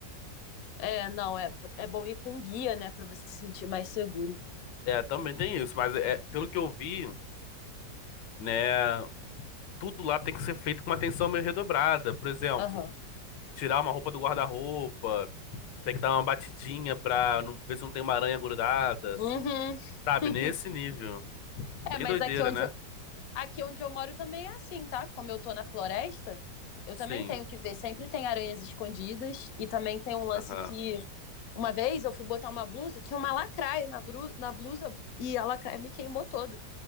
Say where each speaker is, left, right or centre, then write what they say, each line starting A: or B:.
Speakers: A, on the left; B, on the left.
A: É, não, é, é bom ir com guia, né, para você se sentir mais seguro.
B: É, também tem isso, mas é, pelo que eu vi, né? Tudo lá tem que ser feito com uma atenção meio redobrada. Por exemplo,
A: Aham.
B: tirar uma roupa do guarda-roupa, tem que dar uma batidinha pra não, ver se não tem uma aranha grudada,
A: Uhum.
B: sabe?
A: <laughs>
B: Nesse nível. Bem
A: É, mas
B: doideira,
A: aqui onde,
B: né?
A: eu- aqui onde eu moro também é assim, tá? Como eu tô na floresta, eu
B: Sim.
A: também tenho que ver. Sempre tem aranhas escondidas e também tem um lance
B: Aham.
A: que. Uma vez eu fui botar uma blusa, tinha uma lacraia na, bru- na blusa e a lacraia me queimou toda.